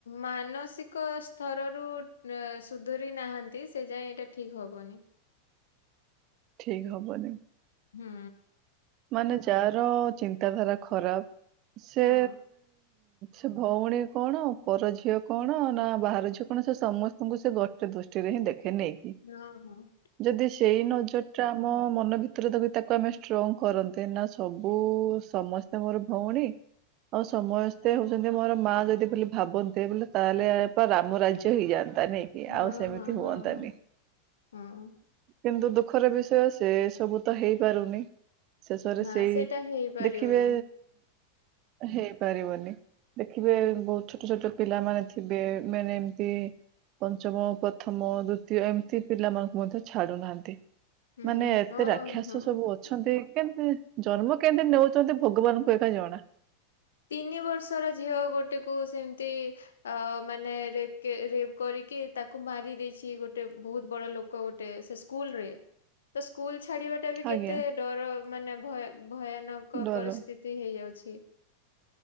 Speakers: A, on the left; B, on the right.
A: ମାନସିକ ସ୍ତରରୁ ସୁଧରି ନାହାଁନ୍ତି ସେ ଯାଏ ଏଇଟା ଠିକ୍ ହବନି।
B: ଠିକ୍ ହବନି।
A: ହୁଁ
B: ମାନେ ଯାହାର ଚିନ୍ତାଧାରା ଖରାପ ସେ
A: ହଁ।
B: ସେ ଭଉଣୀ କଣ ପର ଝିଅ କଣ ନା ବାହାର ଝିଅ କଣ ସେ ସମସ୍ତଙ୍କୁ ସେ ଗୋଟେ ଦୁ ଷ୍ଟି ରେ ହିଁ ଦେଖିନେଇଁ
A: ହଁ ହଁ
B: ଯଦି ସେଇ ନଜରଟା ଆମ ମନ ଭିତରେ ତାକୁ ଆମେ ଷ୍ଟ୍ର କରନ୍ତେ ନା ସବୁ ସମସ୍ତେ ମୋର ଭଉଣୀ। ଆଉ ସମସ୍ତେ ହଉଛନ୍ତି ମୋର ମା ଯଦି ବୋଲି ଭାବନ୍ତେ ବୋଇଲେ ତାହେଲେ ତ ରାମ ରା ଜ୍ୟ ହେଇଯାନ୍ତା ନାଇଁ କି
A: ହଁ
B: ଆଉ ସେମିତି
A: ହଁ ହଁ
B: ହୁଅନ୍ତାନି।
A: ହଁ ହଁ
B: କିନ୍ତୁ ଦୁଃଖର ବିଷୟ ସେ ସବୁ ତ ହେଇପାରୁନି। ଶେଷରେ
A: ନା
B: ସେଇ
A: ସେଇଟା ହେଇପାରିବନି।
B: ଦେଖିବେ। ହେଇପାରିବନି ଦେଖିବେ
A: ହୁଁ
B: ବହୁତ ଛୋ ଛୋଟ ଛୋଟ ପିଲାମାନେ ଥିବେ ମାନେ ଏମତି। ପଞ୍ଚମ, ପ୍ରଥମ, ଦୁତୀୟ ଏମିତି ପିଲାମାନଙ୍କୁ ମଧ୍ୟ ଛାଡୁନାହାନ୍ତି।
A: ହୁଁ
B: ମାନେ ଏତେ
A: ହଁ
B: ରାକ୍ଷସ
A: ହଁ।
B: ସବୁ ଅ ଅଛନ୍ତି କେମତି ଜନ୍ମ କେନ୍ତି ନଉଛନ୍ତି ଭଗବାନଙ୍କୁ ଏକା ଜଣା।
A: ତିନି ବର୍ଷର ଝିଅ ଗୋଟେକୁ ସେମତି। ଆ ମାନେ ରେପ୍ କେ ରେପ୍ କରିକି ତାକୁ ମାରି ଦେଇଛି ଗୋଟେ ବହୁତ ବଡ ଲୋ କ ଗୋଟେ ସେ ସ୍କୁଲରେ। ତ ସ୍କୁଲ ଛାଡି ବାଟା ବି କେତେ
B: ଆଜ୍ଞା
A: ଡର ମାନେ ଭୟ ଭୟାନକ
B: ଡର
A: ପରିସ ସ୍ତିତି ହେଇଯାଉଛି।